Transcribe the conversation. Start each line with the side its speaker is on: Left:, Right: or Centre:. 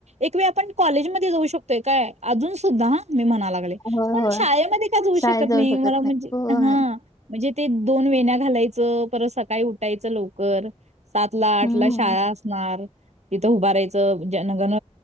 Right: एक वेळ आपण कॉलेजमध्येध्ये जाऊ शकतोय काय अजून सुद्धा मी म्हणाला लागले
Left: होय
Right: पण
Left: होय
Right: शाळेमध्ये काच होऊ
Left: शाळेत
Right: शकत
Left: जाऊ
Right: नाही मला म्हणजे
Left: होय.
Right: हा म्हणजे ते दोन वेण्या्या घालायचं परत सकाळी उठायचं लवक कर सातला, आठला
Left: हम्म
Right: शाळा असणार तिथं उभारायचं जनगण